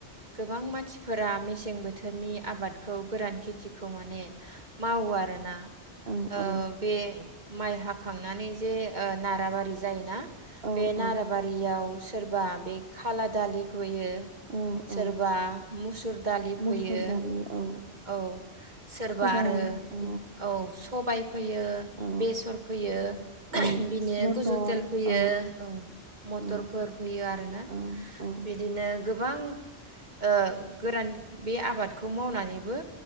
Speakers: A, on the right (about 40°); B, on the right (about 60°).
A: गोबां मानसिफोरा मेसें बोथोरनि आबादखौ गोरान खेथिखौ माने मावो आरोना
B: औ
A: ओ
B: औ
A: बे माइ हाखांनानै जे ओ नाराबारि जायोना
B: औ
A: बेे नाराबा
B: औ
A: याव सोरबा बे खाला दालि फोयो
B: औ
A: सोरबा
B: औ
A: मुसुर दालि फोयो
B: मुसुर दालि औ
A: औ सोरबा
B: सबाय
A: आरो
B: औ
A: औ। हबाइ फोयो
B: औ
A: बेसर फोयो
B: औ
A: बिनि
B: मटर
A: गुजुथेल फोयो
B: औ
A: औ। मटरफोर
B: औ
A: फोयो आरोना
B: औ औ
A: बिदिनो गोबां ओ गोरान बे आबादखौ मावनानैबो